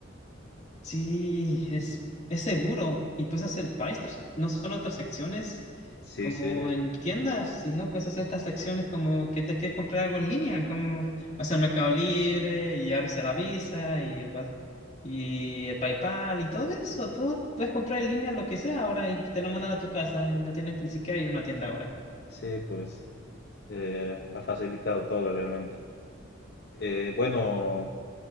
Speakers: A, on the left; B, on the left.
A: Sí, es, es seguro y puedes hacer varias, trans- no solo transacciones
B: Sí,
A: como
B: sí,
A: en tiendas, sino puedes hacer transacciones como que te quieres comprar algo en línea, como vas al Mercado Libre y abres la Visa y el, Wa- y el PayPal y todo eso. Todo puedes comprar en línea lo que sea ahora y te lo mandan a tu casa y no tienes que ni siquiera ir a una tienda ahora.
B: sí, pues eh, ha facilitado todo realmente. Eh, bueno.